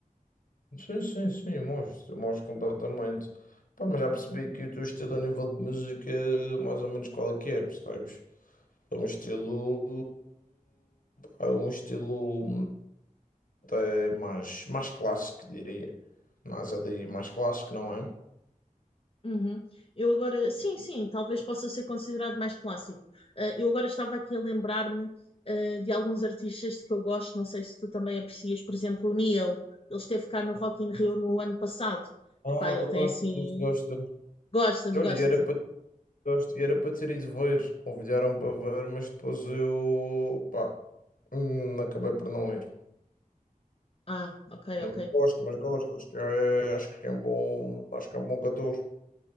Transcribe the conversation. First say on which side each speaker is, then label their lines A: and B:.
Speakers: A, on the left; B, on the left.
A: Sim, sim, sim, mostro, mostro completamente. Pá, mas já percebi que o teu estilo a nível de música é mais ou menos qual é que é, percebes? É um estilo, pá, é um estilo até mais, mais clássico, diria. Mas ali mais clássico, não é?
B: Uhum. Eu agora, sim, sim, talvez possa ser considerado mais clássico. Eh, eu agora estava aqui a lembrar-me, eh, de alguns artistas de que eu gosto, não sei se tu também aprecias, por exemplo, o Neo, ele esteve cá no Rock in Rio no ano passado.
A: Ah,
B: Epá, ele
A: gosto,
B: tem assim.
A: gosto, gosto, gosto.
B: Gostas,
A: Olha,
B: gostas?
A: e era para, gosto, e era para ter ido ver, convidaram para ver, mas depois eu, pá, hum, acabei por não ir.
B: Ah, ok,
A: Hum,
B: ok.
A: Gosto, mas gosto, acho que é, acho que é um bom, acho que é um bom cantor.